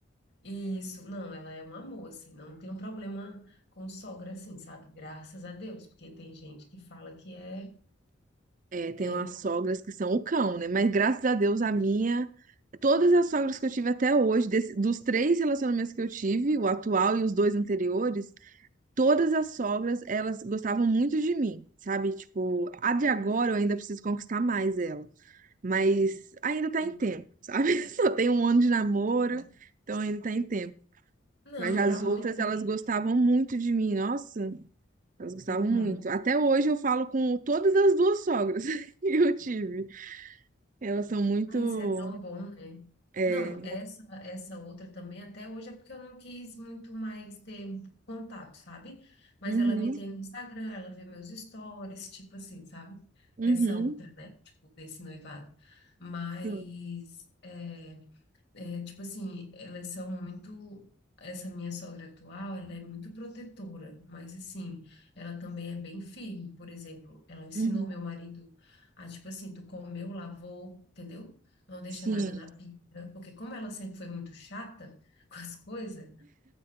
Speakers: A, on the left; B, on the right.
A: isso, não, ela é um amor, assim, não tem um problema com sogra, assim, sabe? Graças a Deus, porque tem gente que fala que é.
B: É, tem
A: é-
B: umas sogras
A: é-
B: que são o cão, né? Mas graças a Deus a minha, todas as sogras que eu tive até hoje, desse- dos três relacionamentos que eu tive, o atual e os dois anteriores, todas as sogras, elas gostavam muito de mim, sabe? Tipo, a de
A: Uhum,
B: agora eu ainda preciso conquistar mais ela, mas ainda tá
A: sim.
B: em tempo, sabe? <laughs> Só tem um ano de namoro,
A: Uhum.
B: então ainda tá em tempo.
A: Não,
B: Mas as
A: tá muito
B: outras, elas
A: bem.
B: gostavam muito de mim, nossa, elas gostavam
A: Uhum.
B: muito. Até hoje eu falo com todas as duas sogras <laughs> que eu tive. Elas são muito.
A: Ah, isso é tão bom, né?
B: É,
A: Não, essa essa outra também até hoje é porque eu não quis muito mais ter um contato, sabe? Mas
B: uhum,
A: ela me tem no Instagram, ela vê meus stories, tipo assim, sabe?
B: uhum,
A: Essa outra, né? Tipo, desse noivado. Mas
B: sim,
A: é, é, tipo assim, elas são muito. Essa minha sogra atual, ela é muito protetora, mas assim, ela também é bem firme. Por exemplo, ela ensinou
B: uhum,
A: meu marido a, tipo assim, tu comeu, lavou, entendeu? Não deixa
B: sim,
A: nada na pia, porque como ela sempre foi muito chata <laughs> com as coisas,